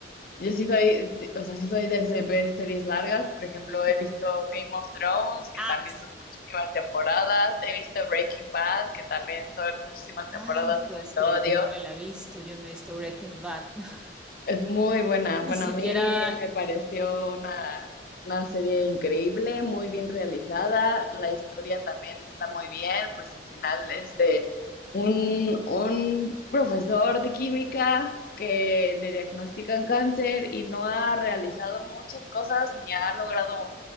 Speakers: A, on the left; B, in the centre.
A: Yo sí soy, o sea, sí soy de se- ver series largas. Por ejemplo,
B: sí.
A: he visto Game of Thrones, que
B: Ah,
A: también
B: pues.
A: son muchísimas temporadas. He visto Breaking Bad, que también son muchísimas temporadas.
B: Ay, ¿puedes creer?
A: Lo odio.
B: yo no me la he visto, yo no me he visto Breaking Bad, <laughs>
A: Es muy buena. Bueno,
B: ni siquiera,
A: a mí me pareció una, una serie increíble, muy bien realizada. La historia también está muy bien, pues al final es de un, un profesor de química que le diagnostican cáncer y no ha realizado muchas cosas ni ha logrado